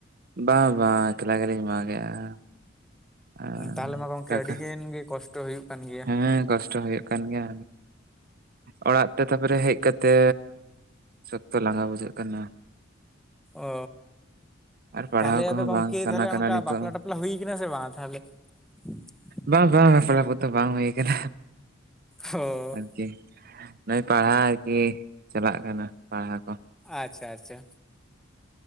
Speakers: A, on the right; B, in the centre.
A: ᱵᱟᱝ ᱵᱟᱝ ᱮᱠᱞᱟ ᱜᱮᱞᱤᱧ ᱢᱟᱜ ᱮᱫᱟ᱾ ᱟᱨ
B: ᱛᱟᱦᱚᱞᱮ ᱢᱟ ᱜᱚᱝᱠᱮ
A: ᱴᱟᱠᱟ
B: ᱟᱹᱰᱤᱜᱟᱱ ᱜᱮ ᱠᱚᱥᱴᱚ ᱦᱩᱭᱩᱜ ᱠᱟᱱ ᱜᱮᱭᱟ
A: ᱦᱮᱸ ᱠᱚᱥᱴᱚ ᱦᱩᱭᱩᱜ ᱠᱟᱱ ᱜᱮᱭᱟ ᱚᱲᱟᱜ ᱛᱮ ᱛᱟᱯᱚᱨᱮ ᱦᱮᱡ ᱠᱟᱛᱮ ᱛᱮ, ᱥᱚᱠᱛᱚ ᱞᱟᱸᱜᱟ ᱵᱩᱡᱷᱟᱹᱜ ᱠᱟᱱᱟ᱾
B: ᱚ
A: ᱟᱨ ᱯᱟᱲᱦᱟᱣ
B: ᱛᱟᱦᱚᱞᱮ ᱟᱫᱚ
A: ᱠᱚᱦᱚᱸ
B: ᱜᱚᱝᱠᱮ
A: ᱵᱟᱝ ᱥᱟᱱᱟ
B: ᱛᱟᱦᱞᱮ
A: ᱠᱟᱱᱟ
B: ᱚᱱᱠᱟ
A: ᱱᱤᱛᱚᱜ
B: ᱵᱟᱯᱞᱟ
A: ᱦᱚᱸ᱾
B: ᱴᱟᱯᱞᱟ ᱦᱩᱭ ᱠᱟᱱᱟ ᱥᱮ ᱵᱟᱝ ᱛᱟᱦᱞᱮ <unintelligible>
A: ᱵᱟᱝ ᱵᱟᱝ ᱵᱟᱯᱞᱟ ᱠᱚᱫᱚ ᱵᱟᱝ ᱦᱩᱭ ᱟᱠᱟᱱᱟ ᱾
B: ᱦᱚᱸ
A: ᱟᱹᱨᱠᱤ ᱱᱚᱜᱼᱚᱭ ᱯᱟᱲᱦᱟᱣ ᱠᱚ ᱪᱟᱞᱟᱜ ᱠᱟᱱᱟ ᱯᱟᱲᱦᱟᱣ ᱠᱚ᱾
B: ᱟᱪᱪᱷᱟ ᱟᱪᱪᱷᱟ